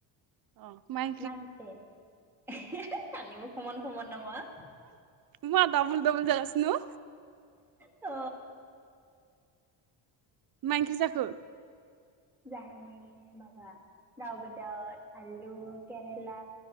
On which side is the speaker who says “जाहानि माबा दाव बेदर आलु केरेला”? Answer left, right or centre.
Centre